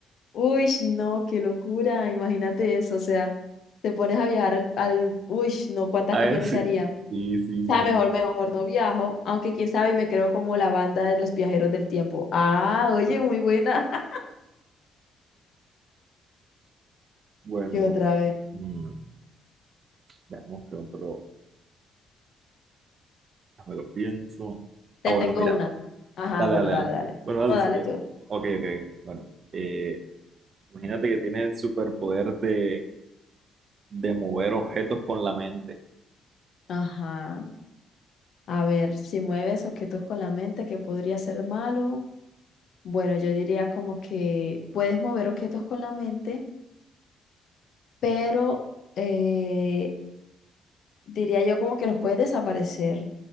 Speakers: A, on the left; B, on the right.
A: Uy, no, qué locura, imagínate eso, o sea, te pones a viajar al, al, uy, no,
B: <laughs>
A: cuántas
B: Ah,
A: copias
B: es-
A: no se haría. O
B: sí, sí, imagínate.
A: sea, mejor, mejor no viajo, aunque quién sabe, y me creo como la banda de los viajeros del tiempo. Ah, oye, muy buena. <laughs>
B: Bueno,
A: ¿Qué otra vez?
B: mm, veamos qué otro. Me lo pienso.
A: Te
B: Ah, bueno,
A: tengo
B: mira.
A: una. Ajá,
B: Dale,
A: bueno,
B: dale,
A: dale,
B: dale.
A: dale.
B: Bueno, dale
A: No, dale
B: si quieres.
A: tú.
B: Ok, ok. Bueno, eh, imagínate que tienes el superpoder de, de mover objetos con la mente.
A: Ajá. A ver, si mueves objetos con la mente, ¿qué podría ser malo? Bueno, yo diría como que puedes mover objetos con la mente, pero eh, diría yo como que los puedes desaparecer